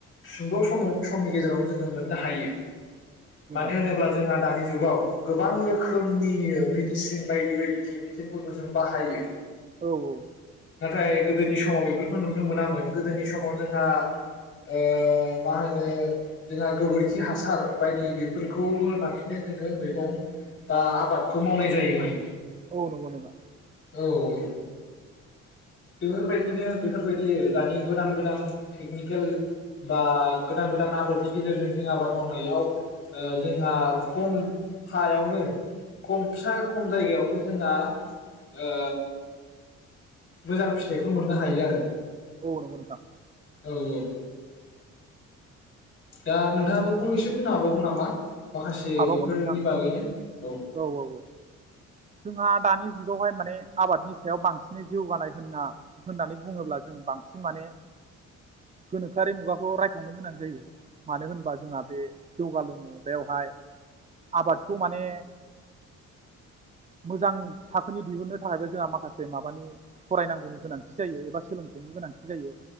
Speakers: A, on the left (about 45°); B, on the right (about 25°).
A: सुंद समाव समनि गेजेरावनो जोङो मोननो हायो मानो
B: औ नंगौ नोंथां औ नंगौ नोंथां औ
A: होनोब्ला जोंहा दानि जुगाव गोबां रोखोमनि ओ मेसिन बायदि बायदि केमिकेलफोरखौ जों बाहायो
B: औ औ
A: नाथाय गोदोनि समाव बेफोरखौ नुनो मोनामोन गोदोनि समाव जोंहा ओ मा होनो ओ जोंहा गोबोरखि हासार बायदि बेफोरखौ होनानैनो जोङो मैगं बा आबादखौ मावनाय जायोमोन
B: औ नगौ नोंथां
A: औ औ बेफोरबायदिनो बेफोरबायदि दानि गोदान गोदान टेकनिकेल बा गोदान गोदान आदब नि गेजेरजों जों आबाद मावनायाव ओ जोंहा खम हायावनो खम फिसा जायगायावनो जोंहा ओ मोजां फिथाइखौ मोननो हायो आरो।
B: औ नंगौ नोंथां।
A: औ औ। दा नोंथाङाबो फंनैसो बुंनो हाबावगोन नामा। माखासे
B: हाबावगोन
A: बेफोरनि
B: नोंथां
A: बागैनो। औ
B: औ औ जोंहा दानि जुगावहाय माने आबादनि सायाव बांसिनै जौगानाय होनना होननानै बुङोब्ला जों बां सिन माने गोनोखोआरि मुगाखौ रायखांनो गोनां जायो। मानो होनबा जोंहा बे जौगालु मुगायावहाय आबादखौ माने मोजां थाखोनि दिहुननो थाखायबो जोंहा माखासे माबानि फरायनांगौनि गोनांथि जायो एबा सोलोंथाइनि गोनांथि जायो।